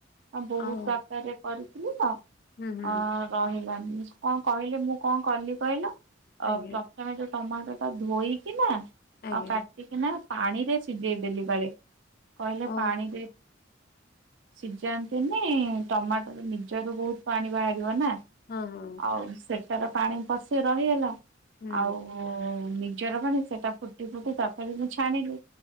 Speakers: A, on the right; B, on the left.
A: ଆ ବହୁତ୍
B: ଆଉ
A: ମାତ୍ରାରେ କରିଥିଲି ତ
B: ହୁଁ ହୁଁ
A: ଆ ରହିଲାନି। କଣ କହିଲେ ମୁଁ କଣ କଲି କହିଲ
B: ଆଜ୍ଞା
A: ତମେ ଯୋଉ ଟମାଟୋ ଟା ଧୋଇକିନା ଆଉ
B: ଆଜ୍ଞା।
A: କାଟିକିନା ପାଣିରେ ସିଜେଇ ଦେଲି ବାଳେ, କହିଲେ
B: ଅ
A: ପାଣିରେ ସିଜାନ୍ତିନି ଟମାଟୋର ନିଜର ବହୁତ୍ ପାଣି ବାହାରିବ ନା।
B: ହଁ ହଁ ହଁ।
A: ଆଉ ସେଟାର ପାଣି ପଶି-ରହିଗଲା
B: ହୁଁ
A: ଆଉ ଓ ନିଜର ମାନେ ସେଟା ଫୁଟି ଫୁଟି ତଥାପି ମୁଁ ଛାଣିଲୁ